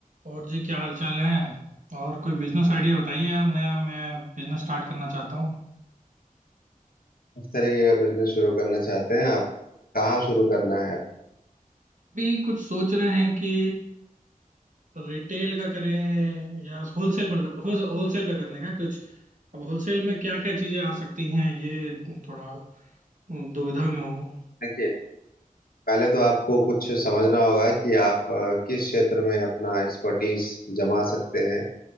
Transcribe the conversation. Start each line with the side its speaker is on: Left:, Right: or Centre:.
Right: और जी क्या हाल चाल है और कोई बिजनेस आइडिया बताइए यार नया मैं बिजनेस स्टार्ट करना चाहता हूँ
Left: किस तरीके का बिजनेस शुरू करना चाहते हैं आप कहाँ शुरू करना है
Right: भी कुछ सोच रहे हैं कि रिटेल का करें या होलसेल मतलब होलसेल का करने का कुछ अब होलसेल में क्या क्या चीजें आ सकती हैं ये थोड़ा हम्म, दुविधा में हूँ
Left: देखिए पहले तो आपको कुछ समझना होगा कि आप अ, किस क्षेत्र में अपना एक्सपर्टीज जमा सकते हैं